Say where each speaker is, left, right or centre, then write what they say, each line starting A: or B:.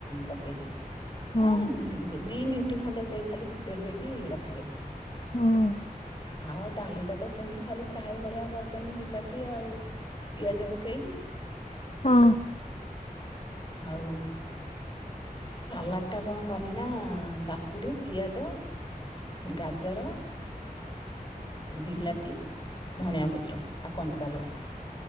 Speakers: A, on the left; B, on the left.
A: ପକାଇଦେଲି। ହଁ
B: ଆଉ
A: ଦିଇ ମିନିଟ୍ ଖଣ୍ଡେ ସେ ଖାଲି ଫୁଟେଇ ଦେଇକି ରଖିଦେବି।
B: ହଁ
A: ହଉଉ ଡାଲି ଟା ତ ସେମିତି ଖାଲି ଫ୍ରାଏ ଭଳିଆ କରିଦେନି ବିଲାତି ଆଉ ପିଆଜ ପକେଇକି।
B: ହଁ
A: ଆଉ! ସାଲାଡ଼ଟା କଣ କନି ନା କାକୁଡ଼ି ପିଆଜ ଗାଜର ବିଲାତି ଧନଆ ପତ୍ର ଆ କଞ୍ଚାଲଙ୍କା